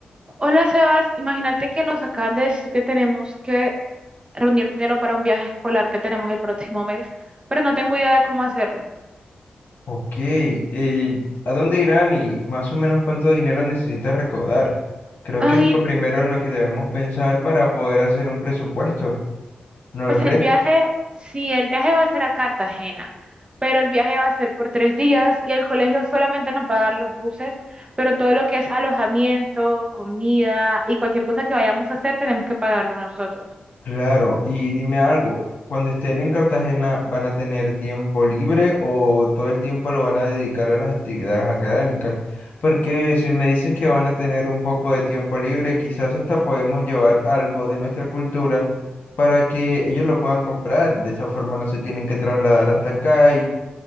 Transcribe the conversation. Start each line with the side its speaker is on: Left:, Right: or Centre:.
Right: Hola Sebas, imagínate que nos acaban de decir que tenemos que reunir dinero para un viaje escolar que tenemos el próximo mes, pero no tengo idea de cómo hacerlo.
Left: Ok, eh, ¿a dónde irán y más o menos cuánto dinero necesitas recaudar? Creo
Right: Ay,
Left: que es lo primero en lo que debemos pensar para poder hacer un presupuesto, ¿no
Right: pues
Left: lo crees?
Right: el viaje, sí, el viaje va a ser a Cartagena, pero el viaje va a ser por tres días y el colegio solamente nos va a dar los buses, pero todo lo que es alojamiento, comida y cualquier cosa que vayamos a hacer tenemos que pagarlo nosotros.
Left: Claro, y dime algo, cuando estén en Cartagena, ¿van a tener tiempo libre o todo el tiempo lo van a dedicar a las actividades académicas? Porque si me dices que van a tener un poco de tiempo libre, quizás hasta podemos llevar algo de nuestra cultura para que ellos lo puedan comprar. De esa forma no se tienen que trasladar hasta acá